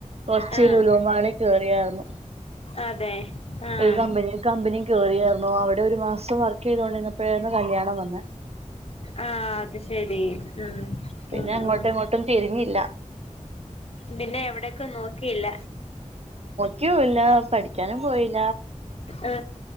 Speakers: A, on the right; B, on the left.
A: കൊച്ചി
B: ആഹ്
A: ലുലൂമാളി കേയറിയരുന്നു
B: അതെ ആഹ്
A: ഒരു കമ്പനി കമ്പനി കേയറിയായിരുന്നു അവിടെ ഒരു മാസം വർക്ക് ചെയ്തോണ്ടിന്നപ്പോഴന്ന കല്യാണം വന്നത്
B: ആ അത് ശെരി ഉ
A: പിന്നെ
B: ഉ
A: അങ്ങോട്ടും
B: ഉ
A: ഇങ്ങോട്ടും തിരിഞ്ഞില്ല
B: പിന്നെ എവിടൊക്കെ നോക്കിയില്ല
A: ക്കുല്ല പഠിക്കാനും പോയില്ല
B: ആ